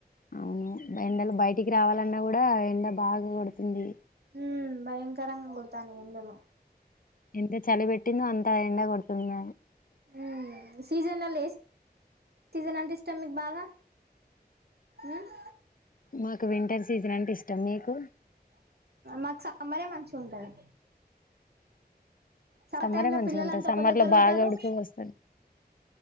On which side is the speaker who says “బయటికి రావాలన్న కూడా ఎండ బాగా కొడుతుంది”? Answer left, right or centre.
Left